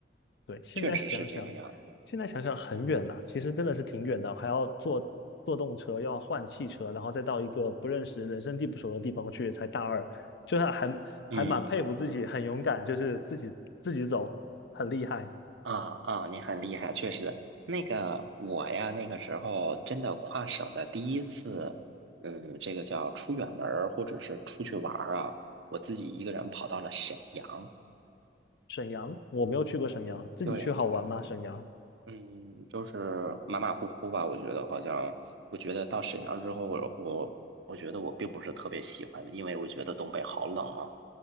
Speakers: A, on the left; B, on the right.
A: 对，现在想想，
B: 确实是这个样子。
A: 现在想想很远呐、其实真的是挺远的，还要坐坐动车，要换汽车，然后再到一个不认识、人生地不熟的地方去，才大二，就是还还蛮佩服自己，
B: 嗯。
A: 很勇敢，就是自己自己走，很厉害。
B: 啊啊，你很厉害，确实。那个我呀，那个时候真的跨省的第一次，嗯，这个叫出远门儿或者是出去玩儿啊，我自己一个人跑到了沈阳。
A: 沈阳，我没有去过沈阳，自己去好玩吗？
B: 对对，
A: 沈阳？
B: 嗯，就是马马虎虎吧。我觉得好像，我觉得到沈阳之后，我我我觉得我并不是特别喜欢，因为我觉得东北好冷啊。